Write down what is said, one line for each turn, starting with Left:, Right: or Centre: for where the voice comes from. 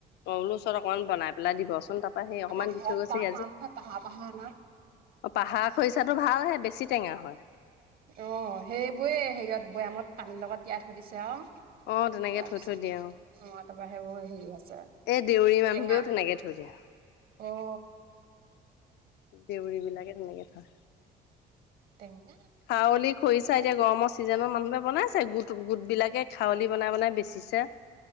Left: অল ওচৰত অকমান বনাই পেলাই দিবচোন ত প সি অকনমান
Right: আমাৰ
Left: দি
Right: ঘৰত
Left: থৈ গৈছেি
Right: বাম
Left: আজি
Right: নাই নহয় পাহাৰ পাহাৰ আনা।
Left: অ পাহাৰ খৰিচাটো ভাল হে। বেছি টেঙা হয়।
Right: অ' সেইবোৰেই হেৰিয়ত বৈয়ামত পানীৰ লগত তিয়াই থৈ দিছে আৰু। তাৰপিছতে
Left: অ' তেনেকে থৈ থৈ দিয়ে অ'।
Right: মই তাৰ বাহেবোৰ হেৰি আছে।
Left: এই দেউৰী মানুহবোৰেও
Right: টেঙা
Left: তেনেকে
Right: হয়
Left: থৈ দিয়ে।
Right: উ।
Left: দেউৰী বিলাকে তেনেকে থ
Right: টেঙা
Left: খাৱলি
Right: টেঙা
Left: খৰিচা
Right: হয় বাৰু।
Left: এতিয়া গৰমৰ চিজনত মানুহে বনাইছে গ গোট গোট বিলাকে খাৱলি বনাই বনাই বেচিছে